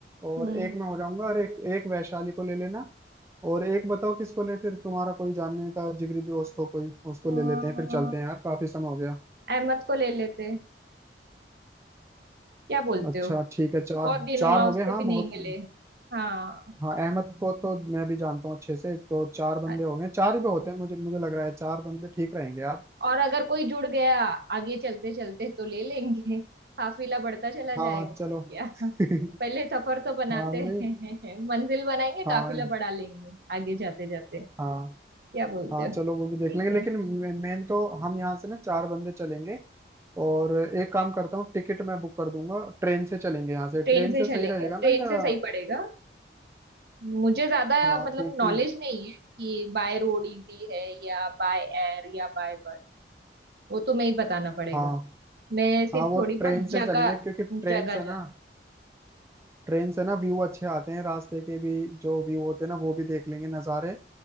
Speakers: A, on the right; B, on the right.
A: और
B: हम्म
A: एक मैं हो जाऊंगा और एक एक वैशाली को ले लेना और एक बताओ किसको ले फिर तुम्हारा कोई जानने का जिगरी दोस्त हो कोई उसको
B: तो,
A: ले लेते
B: अ,
A: हैं फिर चलते हैं यार काफी समय हो गया
B: अहमद को ले लेते क्या बोलते
A: अच्छा
B: हो
A: ठीक है चार
B: बहुत दिन
A: चार
B: हुआ
A: हो
B: उससे
A: गए हाँ
B: भी
A: बहुत
B: नहीं मिले हाँ
A: हाँ अहमद को तो मैं भी जानता हूँ अच्छे से तो चार बंदे
B: अच्छा
A: हो गए चार ही पे होते हैं मुझे मुझे लग रहा है चार बंदे ठीक रहेंगे यार
B: और अगर कोई जुड़ गया आगे चलते चलते तो ले लेंगे <laughs> काफिला बढ़ता चला जाएगा
A: हाँ
B: क्या
A: चलो <laughs>
B: <laughs> पहले सफर तो बनाते
A: हाँ नहीं
B: हैं <laughs> मंजिल बनाएंगे
A: हाँ
B: काफिला बढ़ा लेंगे आगे जाते जाते
A: हाँ
B: क्या बोलते
A: हाँ
B: हो
A: चलो वो भी देख
B: ठीक
A: लेंगे लेकिन
B: है
A: मेन तो हम यहाँ से ना चार बंदे चलेंगे और एक काम करता हूँ टिकट मैं बुक कर दूंगा ट्रेन से चलेंगे यहाँ से ट्रेन
B: ट्रेन से
A: से
B: चलेंगे
A: सही रहेगा
B: ट्रेन
A: ना या
B: से सही पड़ेगा मुझे ज्यादा
A: हाँ
B: मतलब
A: क्योंकि
B: नॉलेज नहीं है कि बाय रोड इजी है या बाय एयर या बाय बस वो तुम्हें ही बताना पड़ेगा
A: हाँ
B: मैं सिर्फ
A: हाँ वो
B: थोड़ी बहुत
A: ट्रेन से
B: जगह
A: चलेंगे क्योंकि ट्रेन
B: जगह
A: से ना
B: जान
A: ट्रेन से ना व्यू अच्छे आते हैं रास्ते के भी जो व्यू होते हैं ना वो भी देख लेंगे नज़ारे